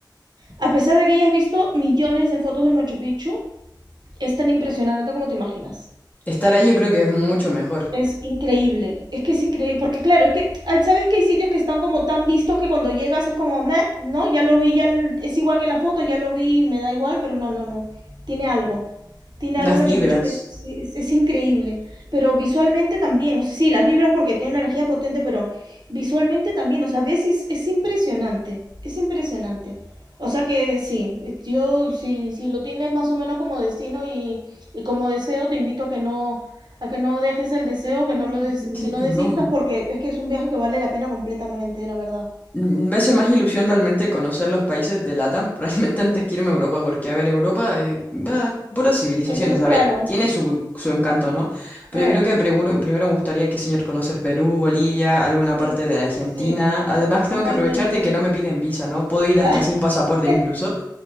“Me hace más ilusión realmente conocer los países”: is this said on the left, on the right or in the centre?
Left